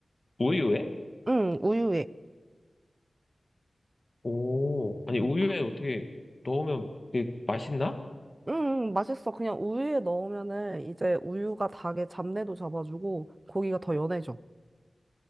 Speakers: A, on the left; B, on the right.
A: 우유에?
B: 응, 우유에
A: 오, 아니,
B: 응
A: 우유에
B: 닭-
A: 어떻게 넣으면 그게 맛있나?
B: 응, 맛있어. 그냥 우유에 넣으면은 이제 우유가 닭의 잡내도 잡아주고 고기가 더 연해져.